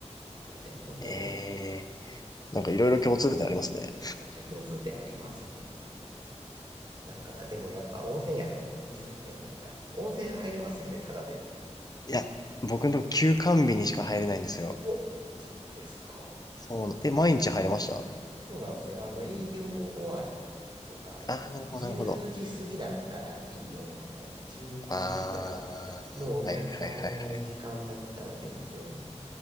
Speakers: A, on the right; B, on the left.
A: いや、でも本当、
B: えー、なんかいろいろ共通点ありますね。
A: めっちゃ共通点ありますね。なんか、でもやっぱ温泉宿、いいっすよね、なんか。温泉入れますよね、ただで。
B: いや、僕のとこ休館日にしか入れないんですよ。
A: お、そうですか。
B: そうな、え、毎日入れました
A: そうなんですよ。あの、営業終わりとか、
B: ああ、なるほど、
A: 10時過ぎだったらいいよ、
B: なるほど。
A: みたいな。11時とか、
B: ああ、
A: もうお客さんいない時間だったら全然
B: はいはいはいはい。